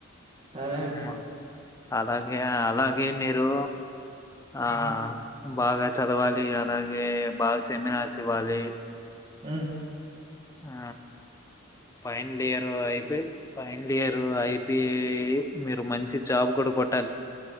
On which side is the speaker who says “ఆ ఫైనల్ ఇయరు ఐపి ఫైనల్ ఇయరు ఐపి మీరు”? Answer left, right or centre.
Left